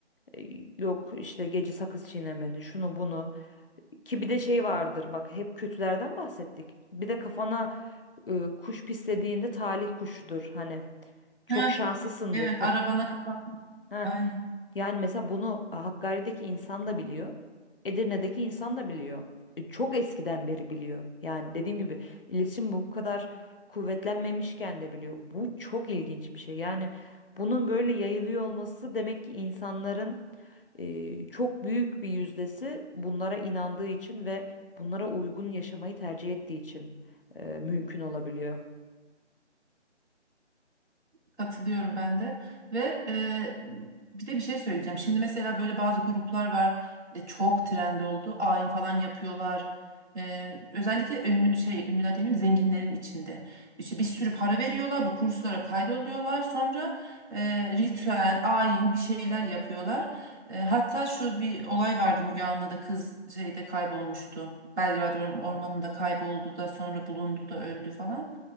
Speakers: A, on the left; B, on the right.
A: e, yok işte gece sakız çiğnemenin şunu bunu Ki bir de şey vardır bak hep kötülerden bahsettik. Bir de kafana e, kuş pislediğinde talih kuşudur hani. Çok
B: Ha,
A: şanslısındır.
B: evet.
A: Kaf
B: Arabana kapan.
A: Ha,
B: Aynen.
A: yani mesela bunu e, Hakkari'deki insan da biliyor. Edirne'deki insan da biliyor. E, Çok eskiden beri biliyor. Yani dediğim gibi iletişim bu kadar kuvvetlenmemişken de biliyor. Bu çok ilginç bir şey. Yani bunun böyle yayılıyor olması demek ki insanların e, çok büyük bir yüzdesi bunlara inandığı için ve bunlara uygun yaşamayı tercih ettiği için e, mümkün olabiliyor.
B: Katılıyorum ben de ve e, bir de bir şey söyleyeceğim. Şimdi mesela böyle bazı gruplar var e, çok trend oldu. Ayin falan yapıyorlar. E, özellikle ünlü, şey ünlüler demeyeyim zenginlerin içinde. İşte bir sürü para veriyorlar bu kurslara kaydoluyorlar. Sonra e, ritüel, ayin bir şeyler yapıyorlar. E, hatta şu bir olay vardı Müge Anlı'da kız şeyde kaybolmuştu. Belgrad Orm- ormanında kayboldu da sonra bulundu da öldü falan.